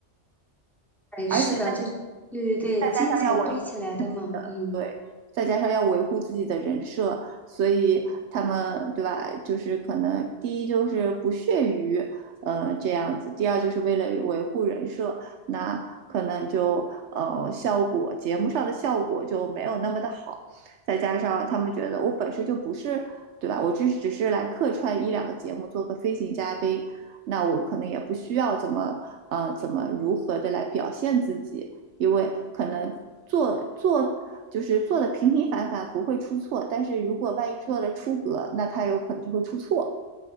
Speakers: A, in the centre; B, on the right (about 80°).
A: 哎，
B: 而且。
A: 是的，就对对对，
B: 再加上要维护自己的，
A: 金钱堆起来的嘛，嗯。
B: 对，再加上要维护自己的人设，所以他们对吧？就是可能第一就是不屑于呃这样子，第二就是为了维护人设，那可能就呃效果节目上的效果就没有那么的好，再加上他们觉得我本身就不是对吧？我只只是来客串一两个节目，做个飞行嘉宾。那我可能也不需要怎么呃怎么如何的来表现自己，因为可能做做就是做的平平凡凡，不会出错。但是如果万一做了出格，那他有可能就会出错。